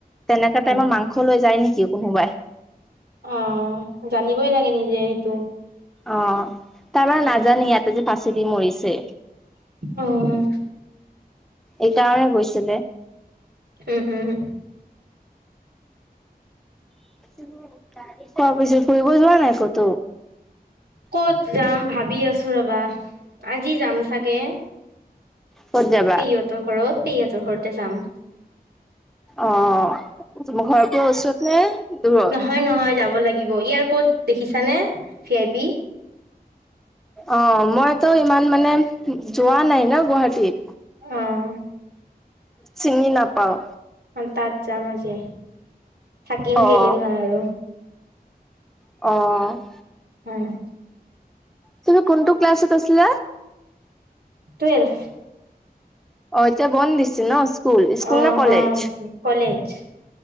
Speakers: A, in the centre; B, on the right.
A: তেনেকা
B: অ',
A: টাইমত, মাংস লৈ যায় নেকি, কোনোবাই।
B: অ'! জানিবই লাগে, নিজে সেইটো।
A: অ'! তাৰমানে
B: অ',
A: নাজানে। ইয়াতে যে, ফাঁচি দি মৰিছে।
B: অ'!
A: এইকাৰণে, গৈছিলে।
B: উম! উম!
A: <unintelligible> কোৱা পিছে, ফুৰিব যোৱা নাই ক'তো?
B: ক'ত যাম, ভাবি আছোঁ ৰবা! আজি যাম চাগে।
A: ক'ত যাবা?
B: পেহীহতঁৰ ঘৰত, পেহীৰ ঘৰতে যাম।
A: অ'! তোমাৰ ঘৰৰ পৰা ওচৰতে নে দূৰত?
B: হয়, নহয় যাব লাগিব। এয়াৰপৰ্ট দেখিছানে, ভি আই পি?
A: অ'! মইতো, ইমান মানে, যোৱা নাই ন' গুৱাহাটীত।
B: অ'!
A: চিনি নাপাওঁ।
B: অ'! তাত যাম আজি। থাকিম
A: অ',
B: কেইদিনমান আৰু।
A: অ'!
B: উম!
A: তুমি কোনটো ক্লাছত আছিলা?
B: টুৱেলভ
A: অ'! এতিয়া বন্ধ দিছে ন'? স্কুল, স্কুল
B: অ'
A: নে কলেজ?
B: অ'! কলেজ।